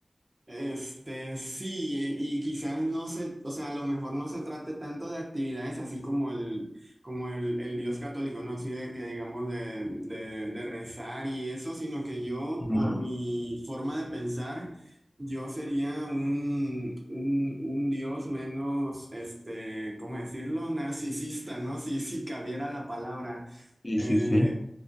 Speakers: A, on the right; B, on the left.
A: Este, sí, e- y quizás no se, o sea, a lo mejor no se trate tanto de actividades así como el, como el, el Dios católico, ¿no? Así de que digamos de, de, de rezar y eso, sino que yo,
B: Ujú.
A: por mi forma de pensar, yo sería un, un, un Dios menos, este, ¿cómo decirlo? Narcisista, ¿no? Si, si cabiera la palabra.
B: Sí,
A: Eh,
B: sí, sí.